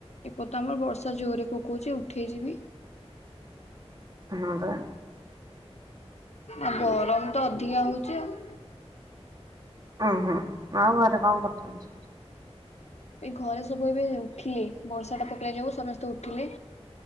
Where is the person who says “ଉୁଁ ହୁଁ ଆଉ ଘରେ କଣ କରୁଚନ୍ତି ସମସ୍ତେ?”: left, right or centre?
Right